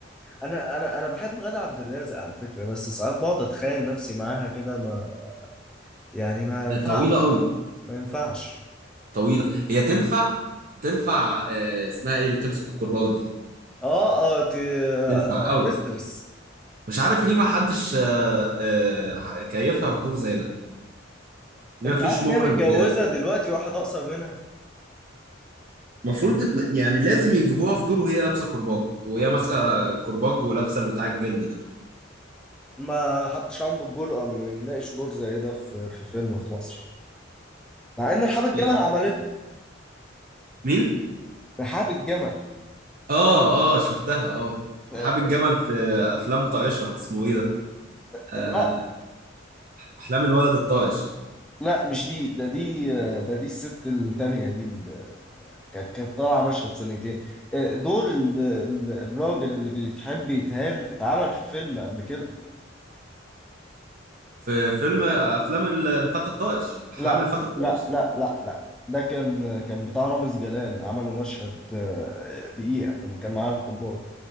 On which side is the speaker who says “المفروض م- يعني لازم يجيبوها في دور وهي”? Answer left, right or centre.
Right